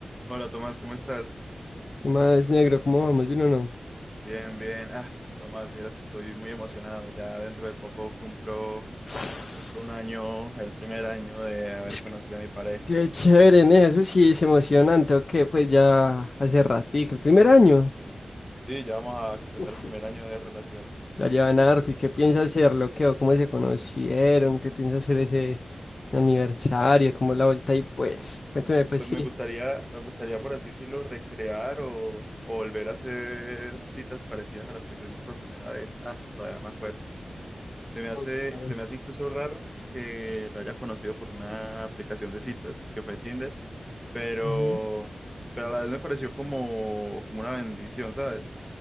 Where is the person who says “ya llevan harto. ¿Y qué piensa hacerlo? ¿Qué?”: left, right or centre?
Left